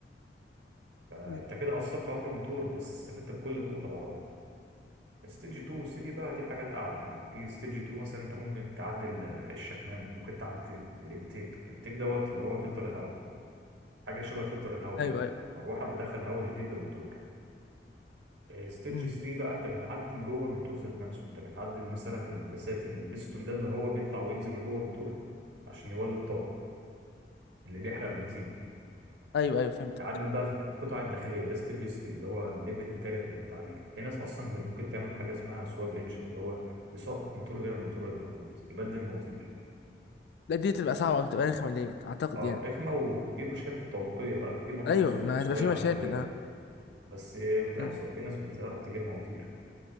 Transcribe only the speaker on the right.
فانت
كده قصرت عمر الموتور بس استفدت بكل قوة العربية ستيج 2 و 3 بقى دي حاجات اعلى يعني في ستيج 2 مثلا انت ممكن تعدل آه، الشكمان ممكن تعدل الانتيك الانتيك دوت اللي هو فلتر الهواء حاجة شبه فلتر الهواء كده
مروحة بتدخل هواء جديد للموتور ستيج
3 بقى انت بتعدل جوه الموتور ذات نفسه انت بتعدل مثلا البساتين البستون ده اللي هو بيطلع وينزل لجوه الموتور عشان يولد طاقة اللي بيحرق بنزين
تعدل بقى في الح- القطع الداخلية ده ستيج 3 اللي هو الليفل الثالث من التعديل في ناس اصلا ممكن تعمل حاجة اسمها سواب انجن اللي هو يسقط موتور غير الموتور اللي موجود يبدل المواتير
اه
رخمة وفي مشاكل في التوافقية بقى في موتور
ص-
صغير
على
العربية بس بتحصل
في ناس بتعرف تجيب مواتير